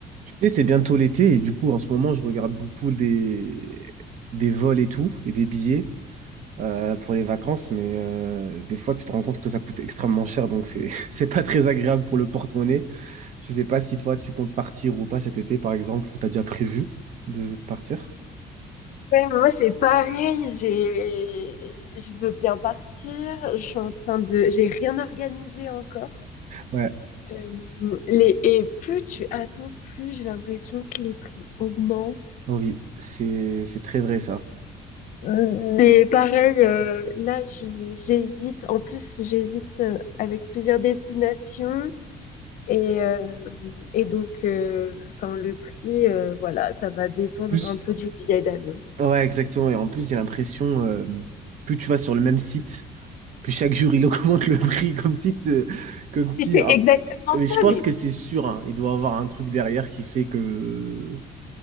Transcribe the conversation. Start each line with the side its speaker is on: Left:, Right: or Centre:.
Right: Tu sais, c'est bientôt l'été et du coup, en ce moment, je regarde beaucoup des, des vols et tout, et des billets euh, pour les vacances, mais euh, des fois, tu te rends compte que ça coûte extrêmement cher, donc c'est <laughs> c'est pas très agréable pour le porte-monnaie. Je sais pas si toi, tu comptes partir ou pas cet été, par exemple, ou t'as déjà prévu de partir.
Left: Ouais, moi c'est pareil, j'ai je veux bien partir, je suis en train de j'ai rien organisé encore.
Right: Ouais.
Left: Euh, les... Et plus tu attends, plus j'ai l'impression que les prix augmentent.
Right: Oui, c'est c'est très vrai ça.
Left: Euh, Mais pareil, euh, là je- j'hésite, en plus j'hésite euh, avec plusieurs destinations et, euh, et donc euh, enfin le prix euh, voilà, ça va dépendre
Right: En plus,
Left: un peu du billet d'avion.
Right: Ouais, exactement. Et en plus, j'ai l'impression, euh, plus tu vas sur le même site, Puis chaque jour, il <laughs> augmente le prix comme si, te- comme si.
Left: Et c'est
Right: ah,
Left: exactement
Right: mais je
Left: ça,
Right: pense
Left: mais
Right: que c'est sûr, hein, il doit avoir un truc derrière qui fait que.